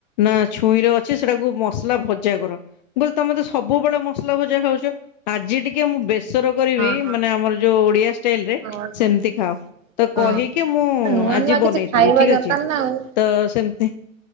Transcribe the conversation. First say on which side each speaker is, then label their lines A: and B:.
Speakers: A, on the left; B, on the right.
A: ନା ଛୁଇଁରେ ଅଛି ସେଟାକୁ ମସଲା ଭଜା କର। ବୋଲି ତମେ ତ ସବୁବେଳେ ମସଲା ଭଜା ଖାଉଛ ଆଜି ଟିକେ ମୁଁ ବେ। ସର କରିବି
B: ହଁ ହଁ
A: ମାନେ ଆମର ଯୋଉ ଓଡିଆ ଷ୍ଟାଇଲ ରେ
B: ହଁ
A: ସେମିତି ଖାଅ। ତ
B: ହଁ
A: କହିକି ମୁଁ
B: ନୂଆ
A: ଆଜି
B: ନୂଆ କିଛି
A: ବନେଇଥିଲି
B: ଖାଇବା
A: ଠିକ୍
B: ଦରକାର
A: ଅଛି।
B: ନା ଆଉ
A: ତ ସେମିତି।